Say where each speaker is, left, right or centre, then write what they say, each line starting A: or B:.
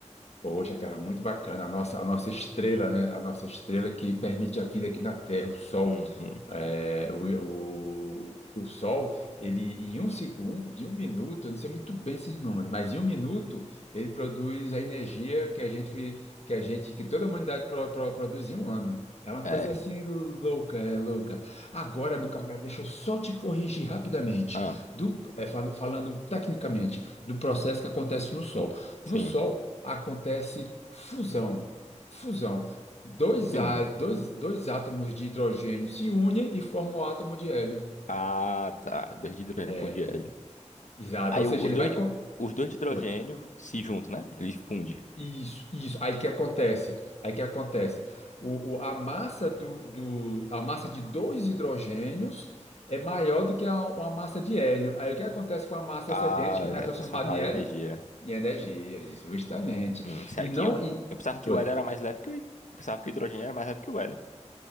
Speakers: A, on the left; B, on the left.
A: Poxa, cara, muito bacana. A nossa, a nossa estrela, né? A nossa estrela que permite a vida aqui na Terra, o Sol.
B: Uhum.
A: É, o, o, o Sol, ele em um segundo, em um minuto, eu não sei muito bem esses números, mas em um minuto ele produz a energia que a gente, que a gente, que toda a humanidade pro- pro- produz em um ano. É uma
B: É.
A: coisa assim louca, é louca. Agora, meu camarada, deixa eu só te corrigir rapidamente,
B: Ah,
A: do, é, fal- falando tecnicamente do processo que acontece no Sol. No
B: sim.
A: Sol acontece fusão. Fusão. Dois,
B: Sim.
A: á- dois, dois átomos de hidrogênio se unem e formam o átomo de hélio.
B: Ah, tá. Dois de hidrogênio
A: É,
B: para um de hélio.
A: exato.
B: Aí
A: Ou seja,
B: o- os
A: ele
B: dois,
A: vai. con-
B: os dois de hidrogênio
A: Oi.
B: se juntam, né? Eles fundem.
A: Isso, isso. Aí que acontece. Aí que acontece. O, o- a massa do, do, a massa de dois hidrogênios é maior do que a, uma massa de hélio. Aí o que acontece com a massa
B: Ah,
A: excedente que não é
B: é
A: transformada
B: transformado
A: em hélio?
B: em energia.
A: Em energia, isso, justamente.
B: Hum, sério
A: E
B: que
A: não.
B: eu,
A: E,
B: eu pensava que
A: oi.
B: o hélio era mais leve que o, hid- eu pensava que o hidrogênio era mais leve que o hélio.